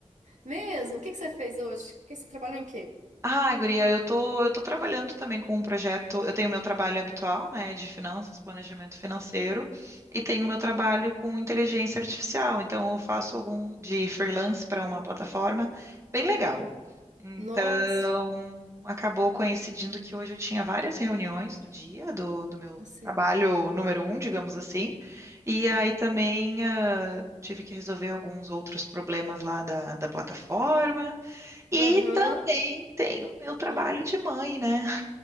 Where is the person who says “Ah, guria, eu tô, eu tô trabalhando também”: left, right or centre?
Right